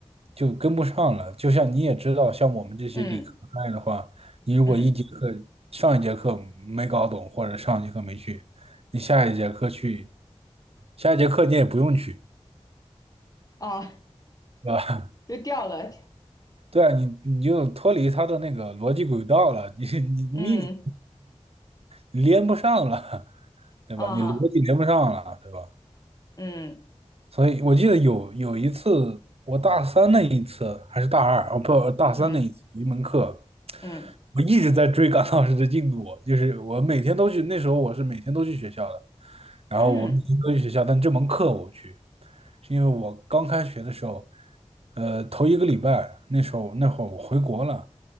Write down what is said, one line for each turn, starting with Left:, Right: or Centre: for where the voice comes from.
Right: 就跟不上了。就像你也知道，像我们这些理科派的话，
Left: 嗯。
Right: 你如果一节课上一节课没搞懂，
Left: 嗯，
Right: 或者上一节课没去，你下一节课去，下一节课你也不用去，
Left: 啊，
Right: 对吧？
Left: 就掉了，
Right: <laughs> 对啊，你你就脱离他的那个逻辑轨道了，你你你
Left: 嗯，
Right: 连不上了，<laughs> 对吧？
Left: 啊，
Right: 你逻辑连不上了，对吧？
Left: 嗯
Right: 所以我记得有有一次，我大三那一次还是大二哦不，大三那一次一门课，
Left: 嗯嗯
Right: 我一直在追赶老师的进度，就是我每天都去，那时候我是每天都去学校的，然后我每天都去学校，
Left: 嗯
Right: 但这门课我不去，是因为我刚开学的时候，呃，头一个礼拜那时候那会儿我回国了，